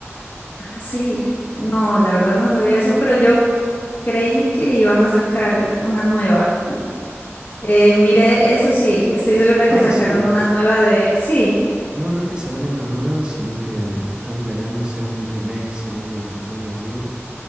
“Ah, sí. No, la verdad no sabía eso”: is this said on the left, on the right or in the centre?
Left